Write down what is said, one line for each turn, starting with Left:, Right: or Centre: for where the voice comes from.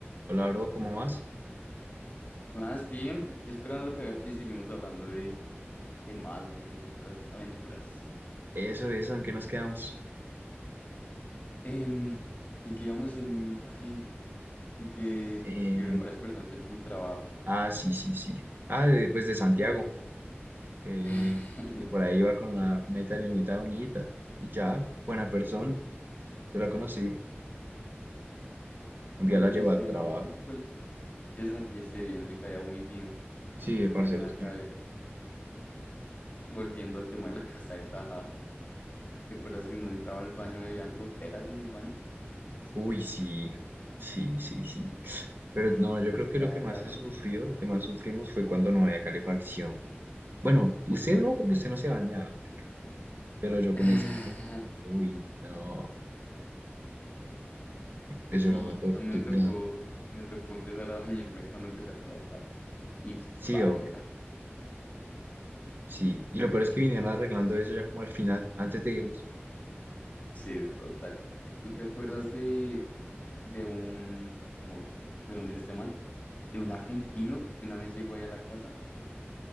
Right: Hola, bro, ¿cómo vas?
Left: Más bien, aquí esperándote a ver si seguimos hablando de, de Malta y nuestras aventuras.
Right: Eso, eso, ¿en qué nos quedamos?
Left: Em, en que íbamos en, ay, en que
Right: Eh,
Left: te escribieron varias personas de tu trabajo.
Right: ah, sí, sí, sí. Ah, de- pues de Santiago,
Left: <laughs>
Right: que,
Left: Ay,
Right: que por
Left: de
Right: ahí
Left: Santiago.
Right: iba con una, una italianita bonita y ya, buena persona. Yo la conocí, un día
Left: No,
Right: la
Left: pues
Right: llevó
Left: sí
Right: al
Left: me
Right: trabajo.
Left: alegra. Igual que Santi esté bien, me caía muy bien.
Right: Sí, parcero,
Left: ¿Qué más?
Right: es bien.
Left: A ver, volviendo al tema de la casa de Taja. ¿Te acuerdas que no entraba al baño y había goteras en el baño?
Right: Uy, sí, sí, sí, sí. Pero
Left: Y ese
Right: no,
Left: man
Right: yo creo
Left: se
Right: que
Left: daba
Right: lo que más
Left: garra.
Right: se sufrió, lo que más sufrimos fue cuando no había calefacción. Bueno, usted no, porque usted no se bañaba, marica. pero yo con
Left: <laughs>
Right: ese fue, uy, no,
Left: Y sí,
Right: eso era una tortura.
Left: a mí me tocó, me tocó empezar a bañarme cuando empecé a trabajar. Y
Right: Sí,
Left: paila.
Right: obvio. Sí. Y lo peor es que vinieron
Left: Tú,
Right: arreglando eso ya como al final, antes de irnos.
Left: sí, es total. ¿Tú te acuerdas de, de un, como, de dónde es este man? De un argentino que una vez llegó ahí a la casa.